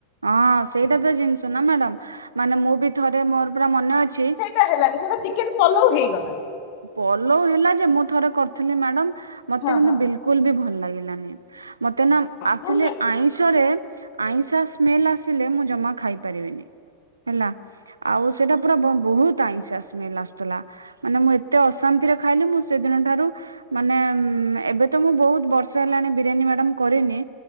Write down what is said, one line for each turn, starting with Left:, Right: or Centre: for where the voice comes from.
Right: ହଁ ସେଇଟା ତ ଜିନିଷ ନା ମ୍ୟାଡ଼ମ୍, ମାନେ ମୁଁ ବି ଥରେ ମୋର ପୁରା ମନେ ଅଛି
Left: ଟା ହେଲାନି ସେଇଟା ଚିକେନ ପଲଉ ହେଇଗଲା।
Right: ପଲଉ ହେଲା ଯେ, ମୁଁ ଥରେ କରିଥିଲି ମ୍ୟାଡାମ୍ ମତେ
Left: ହଁ
Right: କିନ୍ତୁ
Left: ହଁ
Right: ବିଲକୁଲ୍ ବି ଭଲ୍ ଲାଗିଲାନି। ମତେ ନା ଆକ୍ଚୁଲି
Left: ଭଲ ଲାଗିଲାନି।
Right: ଆଇଁଷ୍ ଷରେ ଆଇଁଷିଆ ସ୍ମେଲ୍ ଆସିଲେ ମୁଁ ଜମା ଖାଇ ପାରିବିନି। ହେଲା ଆଉ ସେଇଟା ପୁରା ବହୁତ୍ ଆଇଁଷଆ ସ୍ମେଲ୍ ଆସୁଥିଲା, ମାନେ ମୁଁ ଏ ତେ ଅଶାନ୍ତିରେ ଖାଇଲି, ମୁଁ ସେଦିନ ଠାରୁ ମାନେ ଏବେ ତ ମୁଁ ବହୁତ୍ ବର୍ଷେ ହେଲାଣି ବିରିୟାନୀ ମ୍ୟାଡ଼ମ୍ କରିନି।